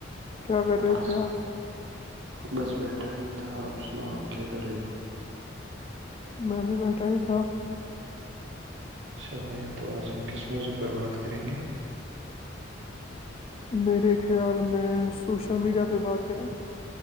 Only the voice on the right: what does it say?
ا
بس بیٹھا ہی تھا آپ سناؤ آپ کیا کر رہے ہو
س بھائی تو آج ہم کس موضوع پر بات کریں گے